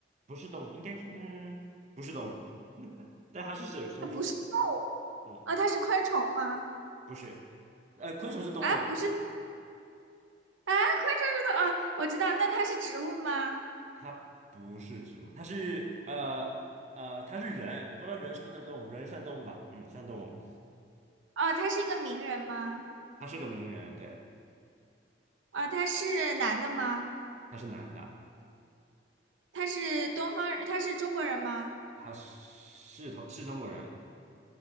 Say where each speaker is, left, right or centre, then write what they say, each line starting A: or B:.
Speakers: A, on the right; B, on the right.
A: 不是动物，应该是嗯，不是动物，但它是是有生命的，
B: 它不是动物，
A: 嗯，
B: 哦，它是昆虫吗？
A: 不是，呃，昆虫是动物吗
B: 啊，不是，啊，昆虫是动，哦，我知道，那它是植物吗？
A: 它不是植物，它是呃呃，它是人，我不知道人是不是算动物，人算动物吧？嗯，算动物。
B: 哦，它是一个名人吗？
A: 他是个名人，对，
B: 啊，他是男的吗？
A: 他是男的，
B: 他是东方人，他是中国人吗？
A: 他是同是中国人，